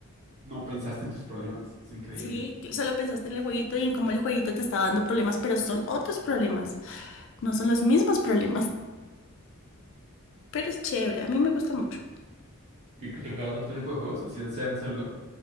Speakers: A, on the right; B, on the left.
A: no pensaste en tus problemas. Es increíble.
B: Sí, que solo pensaste en el jueguito y en cómo el jueguito te está dando problemas, pero son otros problemas, no son los mismos problemas. pero es chévere, a mí me gusta mucho.
A: ¿Y que tú otro tipo de juegos? Así sea en celular.